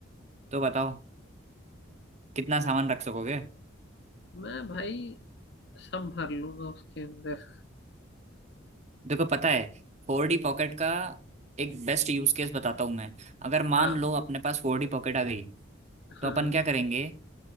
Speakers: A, on the right; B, on the left.
A: तो बताओ कितना सामान रख सकोगे
B: मैं भाई संभाल लूंगा उसके अंदर
A: देखो पता है फोर डी पॉकेट का एक बेस्ट यूज केस बताता हूँ मैं अगर मान
B: हाँ
A: लो अपने पास फोर डी पॉकेट आ गई
B: हाँ
A: तो अपन
B: हाँ,
A: क्या करेंगे